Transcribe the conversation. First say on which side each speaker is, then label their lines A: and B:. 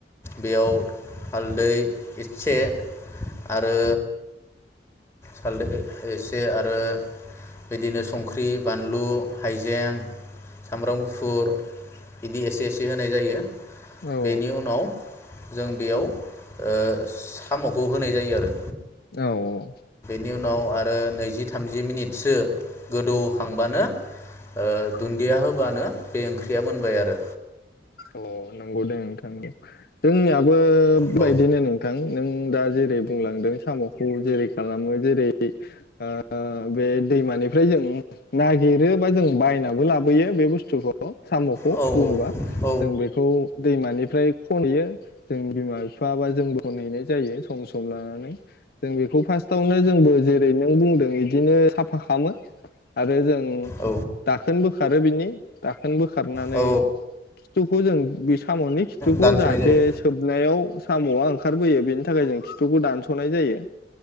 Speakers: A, on the left (about 15°); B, on the left (about 55°).
A: बेयाव हालदै एसे आरो हालदै। जे आरो बिदिनो संख्रि बानलु हाइजें। सामब्रामगुफुर बिदि एसे एसे बे होनाय जायो।
B: औ
A: बेनि उनाव जों बेयाव ओह सामखौ होनाय जायो आरो।
B: औ औ
A: नि उनाव आथ ओह नैजि थामजि मिनिटसो गोदौखांबानो ओह दुन्दिया
B: नंगौ
A: होबानो बे ओंख्रि ख्रिया मोनबाय आरो।
B: औ औ नंगौ दे नोंथां। जोंनियाबो बे
A: औ
B: बादिनो नोंथां नों दा जेरै बुंलांदों सामख खौ जेरै खालामो जेरै ओ ओ बे दैमानिफ्राय जों नागिरो बा जों बायनाबो लाबोयो बे बुस्थुखौ। सामखौ
A: औ
B: बुङोबा
A: औ
B: जों बेखौ दैमानिफ्राय खनहैयो जों बिमा बिफा बा जोंबो खनहैनाय जायो। सम सम लानानै जों बेखौ फार्स्टआवनो जोंबो जेरै नों बुंदों बिदिनो साफा खालामो आरो जों
A: औ
B: दाखोन बोखारो बिनि दाखोन बोखारनानै
A: औ
B: खिथुखौ जों बे सामनि खिथुखौ
A: दानस'नाय
B: जाहाथे
A: जायो
B: सोबनायाव सामआ ओंखा ओंखारबोयो बेनि थाखाय जों खिथुखौ दानसनाय जायो।